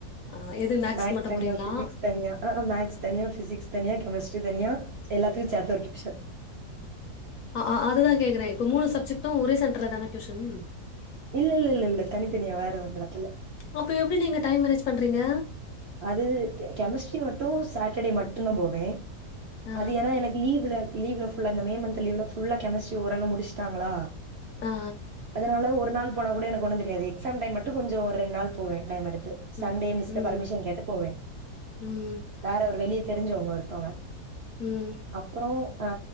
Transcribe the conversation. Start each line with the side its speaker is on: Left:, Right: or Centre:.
Left: ஆ எது மேக்ஸ்க்கு
Right: மேக்ஸ்
Left: மட்டும்
Right: தனியா
Left: போறீங்களா
Right: பிசிக்ஸ் தனியா அ ஆ மேக்ஸ் தனியா பிசிக்ஸ் தனியா கெமிஸ்ட்ரி தனியா எல்லாத்தையு சேத்த ஒரு டியூஷன்
Left: ஆ அ அதுதா கேக்குற இப்ப மூனு சப்ஜெக்டு ஒரே சென்டர்ல தான டியூசஷனு
Right: இல்லல்லல்லல்ல தனித்தனியா வேற ஒரு இடத்துல
Left: அப்போ எப்டி நீங்க டைம் மேனேஜ் பண்றீங்க
Right: அது கெமிஸ்ட்ரி மட்டு சாட்டர்டே மட்டு தா போவே
Left: ஆ
Right: அது ஏன்னா எனக்கு லீவ்ல லீ்வுல ஃபுல்ல இந்த மே மந்த் லீ்வ்ல ஃபுல்லா கெமிஸ்ட்ரி ஓரளவு முடிச்ட்டாங்ளா
Left: ஆ ஆ
Right: அதனால ஒரு நாள் போனா கூட எனக்கு ஒண்ணு தெரியாது எக்ஸாம் டைம் மட் ட்டு கொஞ்சோ ஒரு ரெண்ட் நாள் போவே டைம் எடுத்து சண்டே
Left: ம்
Right: மிஸ்ட
Left: ம்
Right: பர்மிஷன் கேட்டு போவே
Left: ம்
Right: வேற ஒரு வெளிய தெரிஞ்சவுங்க ஒருத்தவுங்க
Left: ம்
Right: அப்புறோ அ